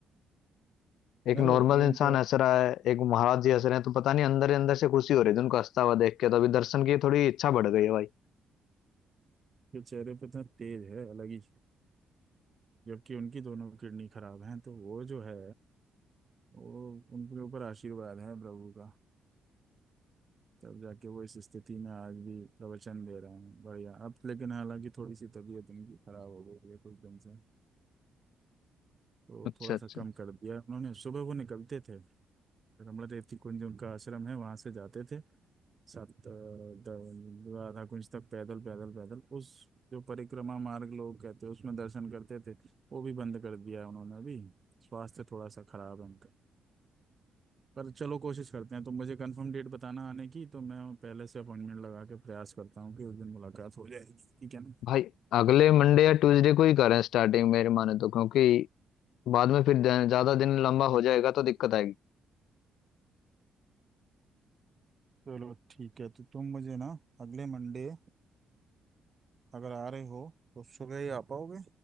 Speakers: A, on the left; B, on the right.
A: एक
B: यार
A: नॉर्मल इंसान
B: उनका
A: हंस रहा है एक महाराज जी हंस रहे हैं तो पता नहीं अंदर ही अंदर से खुशी हो रही थी उनको हंसता हुआ देख के तो अभी दर्शन की थोड़ी इच्छा बढ़ गई है भाई
B: के चेहरे पे इतना तेज है अलग ही जबकि उनकी दोनों किडनी खराब हैं तो वो जो है वो उनके ऊपर आशीर्वाद है प्रभु का तब जाके वो इस स्थिति में आज भी प्रवचन दे रहे हैं बढ़िया अब लेकिन हालांकि थोड़ी सी तबीयत उनकी खराब हो गई है कुछ दिन से तो
A: अच्छा
B: थोड़ा
A: अच्छा
B: सा कम कर दिया उन्होंने सुबह वो निकलते थे रमला देव कुंज उनका आश्रम है वहां से जाते थे सात अ, द- राधा कुंज तक पैदल पैदल पैदल उस जो परिक्रमा मार्ग लोग कहते हैं उसमें दर्शन करते थे वो भी बंद कर दिया है उन्होंने अभी स्वास्थ्य थोड़ा सा खराब है पर चलो कोशिश करते हैं तुम मुझे कंफर्म डेट बताना आने की तो मैं पहले से अपॉइंटमेंट लगा के प्रयास करता हूँ कि उस दिन मुलाकात हो जाएगी ठीक है ना
A: भाई अगले मंडे या ट्यूसडे को ही करें स्टार्टिंग मेरे माने तो क्योंकि बाद में फिर ज- ज्यादा दिन लंबा हो जाएगा तो दिक्कत आएगी
B: चलो ठीक है तो तुम मुझे ना अगले मंडे अगर आ रहे हो तो सुबह ही आ पाओगे